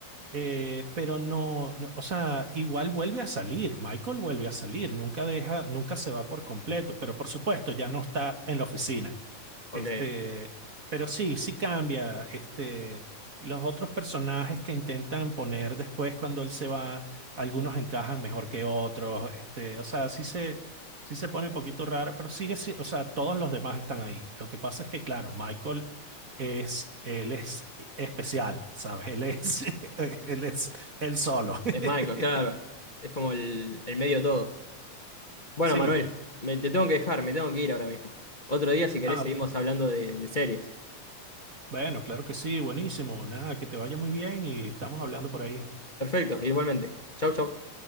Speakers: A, on the right (about 35°); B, on the left (about 75°).
A: eh, pero no, no, o sea, igual vuelve a salir, Michael vuelve a salir, nunca deja, nunca se va por completo, pero por supuesto ya no está en la oficina.
B: Ok.
A: Este, pero sí, sí cambia. Este, los otros personajes que intentan poner después cuando él se va, algunos encajan mejor que otros. Este, o sea, sí se, sí se pone un poquito raro, pero sigue, si- o sea, todos los demás están ahí. Lo que pasa es que, claro, Michael es, él es especial, ¿sabes? Él es, <laughs> él es él solo. <laughs>
B: Es Michael, claro. Es como el, el medio todo. Bueno,
A: Sí.
B: Manuel, me, te tengo que dejar, me tengo que ir ahora mismo. Otro día, si querés,
A: Ah,
B: seguimos hablando de, de series.
A: bueno, claro que sí, buenísimo. Nada, que te vaya muy bien y estamos hablando por ahí.
B: Perfecto, igualmente. Chau, chau.